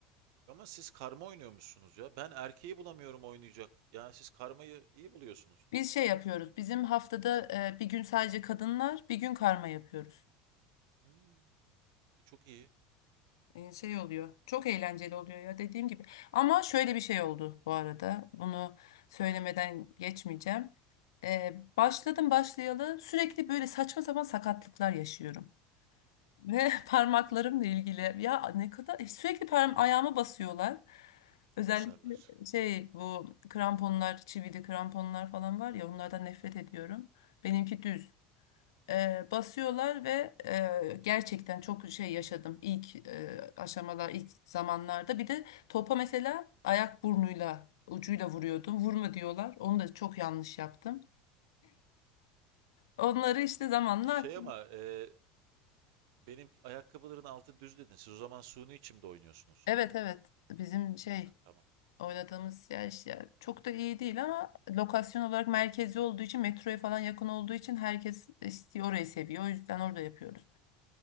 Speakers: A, on the right (about 65°); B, on the left (about 75°).
A: Ama siz karma oynuyormuşsunuz ya. Ben erkeği bulamıyorum oynayacak. Yani siz karmayı iyi buluyorsunuz.
B: Biz şey yapıyoruz. Bizim haftada e, bir gün sadece kadınlar, bir gün karma yapıyoruz.
A: Hmm. E, çok iyi
B: E, şey oluyor. Çok eğlenceli oluyor ya dediğim gibi. Ama şöyle bir şey oldu bu arada. Bunu söylemeden geçmeyeceğim. E, başladım başlayalı sürekli böyle saçma sapan sakatlıklar yaşıyorum. Ve <laughs> parmaklarımla ilgili ya ne kadar e, sürekli parmağım ayağıma basıyorlar. Özellikle
A: basarlar.
B: şey bu kramponlar, çivili kramponlar falan var ya onlardan nefret ediyorum. Benimki düz. e, basıyorlar ve e, gerçekten çok şey yaşadım ilk e, aşamalar ilk zamanlarda bir de topa mesela ayak burnuyla ucuyla vuruyordum vurma diyorlar onu da çok yanlış yaptım onları işte zamanla
A: Şey ama e, benim ayakkabıların altı düz dedin. Siz o zaman suni içimde oynuyorsunuz.
B: evet evet bizim şey
A: Ha, tamam.
B: oynadığımız yer işte çok da iyi değil ama lokasyon olarak merkezi olduğu için metroya falan yakın olduğu için herkes istiyor orayı seviyor o yüzden orada yapıyoruz